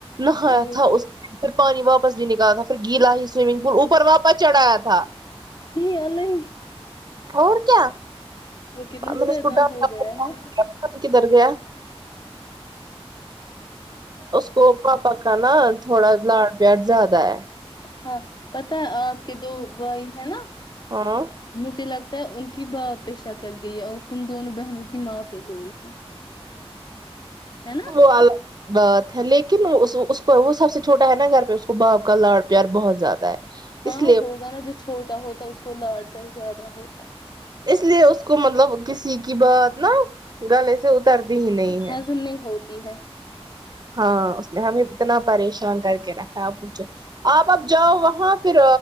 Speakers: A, on the right (about 40°); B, on the left (about 45°).
A: نہایا
B: ٹھیک
A: تھا اس پھر پانی واپس بھی نکالا تھا پھر گیلا ہی سوئمنگ پول اوپر واپس پچڑھایا تھا
B: یہ اللہ
A: اور کیا
B: وہ کتنا
A: میں
B: شیطان
A: نے اس کو ڈانٹا
B: ہو گیا ہے
A: کدھر گیا اسکوپا پ کاا نا تھوڑا لاڈ پیاٹ زیادہ ہے
B: ہاں پتا ہے آپ کے دو بھائی ہے نا
A: ہاں
B: م چ ل ان کی با پہ شکل گئی اور تم دونوں بہنوں کی ماں پہ گئی ہے ہے نا
A: وہ ب لیکن اس کو وہ سب سے چھوٹا ہے نا گھر پہ اس کو باپ کا لاڑ پیار بہت زیادہ ہے
B: ہاں
A: اس لیے
B: ہوگا نا جو چھوٹا ہوتا اس کو لاٹ کر زیادہ ہوتا ہے
A: اس لیے اس کو مطلب کسی کی بات نا گل سے اترتی ہی نہیں ہے
B: ہضم نہیں ہوتی ہے
A: ہاں اس نے ہمیں اتنا پریشان کر کے رکھا ہے آ پوچھو آپ اب جاؤ وہاں پھر